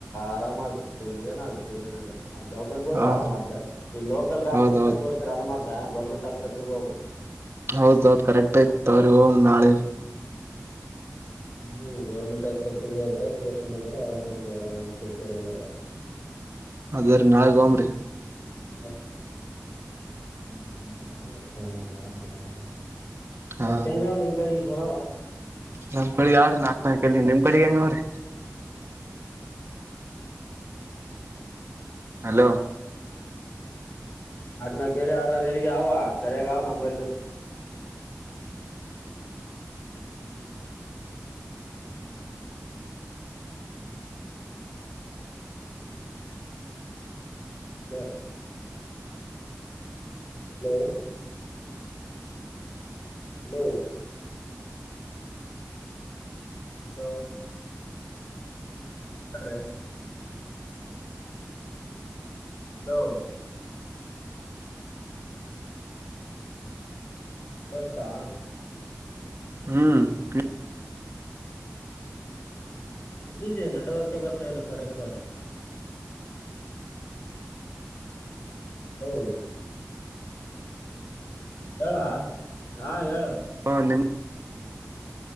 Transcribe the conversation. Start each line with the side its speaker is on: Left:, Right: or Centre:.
Left: ಆರಾಮಾಗೆ ಏನಾಗುತ್ತೆ ಏನಾಗಲ್ಲ <unintelligible>
Right: ಹ
Left: ಈ ಲೋಕಲ್ ಡಾಕ್ಟರ್
Right: ಹೌದೌದ್
Left: ತೋರ್ಸ್ರ ಆರಾಮ ಆ <unintelligible> ಗೌರ್ಮೆಂಟ್ ಆಸ್ಪತ್ರೆಗ ಹೋಗಬೇಕ್.
Right: ಹೌದ ಹೌದ ಕರೆಕ್ಟ್ ಐತ್ ತವ್ರ ನಾಳೆ
Left: ಹ್ಮ್ ಗೌರ್ಮೆಂಟ್ ಆಸ್ಪತ್ರೆಗ ಹೋದ್ರ ತೋರ್ಸ ಅಂದ್ರೆ ಆರಾಮ್ ಅದ ಆರಾಮ್ ಕುರ್ಕರಲ್ಲ
Right: ಅದ್ರೀ ನಾಳಗ್ ಒಗಮ್ ರಿ
Left: ಇಲ್ಲ ಹ <unintelligible> ಏ ನರ ಮಾಡಲ್ಲ ಯತ
Right: ಹಾ
Left: ಅಂದಾವ ನಿಮ್ ಕಡೆಗೆ ಸರಾವ
Right: ನಮ್ ಕಡೆ ಯ್ರೀ ನಾಕ್ ನಾಲ್ಕ ಎಲ್ಲಿ ನಿಮ್ ಕಡೆ ಹೆಂಗ ಅವ್ರಿ ಹಲೋ
Left: ನಾಕಕ್ <unintelligible> ಆರವಾರ ಹೇಳಗೆ ಯ ಸರಿಯಾಗ ಅವ ನಮಂಬಲ್ ಜ್ಯ ಬ್ಲೌವ್ ಬ್ಲೋ ಬ್ಲೋ ಮಾತಾಡ್ರಿ ಬ್ಲೋ <unintelligible>
Right: ಹ್ಮು <unintelligible>
Left: ಎಲ್ಲಿದ್ದೀಯ ನೆಟ್ವರ್ಕೇ ಬರ್ತಾ ಇಲ್ಲ ಸರಿಯಕ್ಕ. ಬವ್ ಬಳ್ಳಾ ಹಾ ಹೇಳ.
Right: ಆ ನಿಮ್ಮ